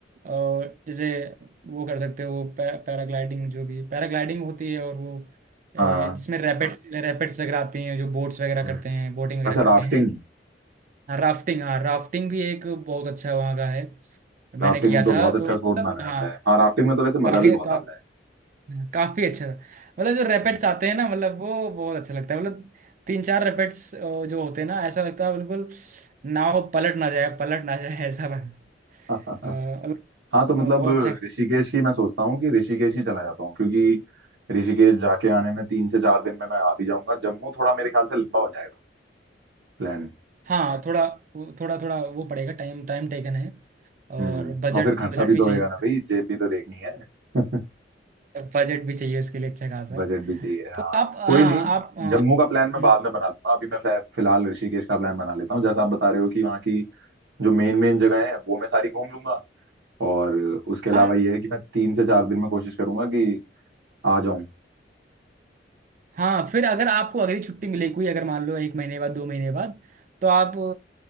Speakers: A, on the right (about 45°); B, on the right (about 75°).
A: और जैसे वो कर सकते हो पै, पैराग्लाइडिंग जो भी पैराग्लाइडिंग होती है और वो अ,
B: हाँ
A: जिसमें
B: हाँ।
A: रैपिड्स रैपिड्स वगैरह आती हैं जो बोट्स वगैरह
B: हम्म।
A: करते हैं बोटिंग वगैरह
B: अच्छा
A: करते
B: राफ्टिंग
A: हैं हाँ राफ्टिंग हाँ राफ्टिंग भी एक बहुत अच्छा वहाँ का है मैंने
B: राफ्टिंग
A: किया
B: तो
A: था
B: बहुत अच्छा
A: तो मतलब
B: स्पोर्ट माना जाता
A: हाँ
B: है हाँ राफ्टिंग में तो वैसे
A: काफी
B: मजा भी बहुत
A: का,
B: आता
A: हाँ, काफी अच्छा था मतलब जो रैपेट्स
B: है
A: आते हैं ना मतलब वो बहुत अच्छा लगता है मतलब तीन चार रैपेट्स जो होते हैं ना ऐसा लगता है बिल्कुल नाव पलट ना जाए पलट ना जाए ऐसा लग
B: हम्म।
A: अ,
B: <laughs>
A: मतलब
B: हाँ तो मतलब
A: और बहुत अच्छा
B: ऋषिकेश ही मैं सोचता हूँ कि ऋषिकेश ही चला जाता हूँ क्योंकि ऋषिकेश जाके आने में तीन से चार दिन में मैं आ भी जाऊंगा जम्मू थोड़ा मेरे ख्याल से लंबा हो जाएगा प्लान
A: हाँ थोड़ा वो- थोड़ा थोड़ा वो पड़ेगा टाइम टाइम टेकन है
B: हम्म
A: और बजट
B: और फिर खर्चा
A: बजट
B: भी
A: भी
B: तो
A: चाहिए
B: होएगा ना भाई जेब भी तो देखनी है <laughs>
A: बजट भी चाहिए उसके लिए अच्छा खासा
B: बजट भी चाहिए हाँ
A: तो आप हाँ
B: कोई नहीं
A: आप अ, हम्म,
B: जम्मू का प्लान मैं बाद में बना लूंगा अभी मैं फै- फिलहाल ऋषिकेश का प्लान बना लेता हूँ जैसा आप बता रहे हो कि वहाँ की जो मेन मेन जगह है वो मैं सारी घूम लूंगा और उसके अलावा
A: हाँ
B: ये है कि मैं तीन से चार दिन में कोशिश करूंगा कि आ जाऊं
A: हाँ फिर अगर आपको अगली छुट्टी मिले कोई अगर मान लो एक महीने बाद दो महीने बाद तो आप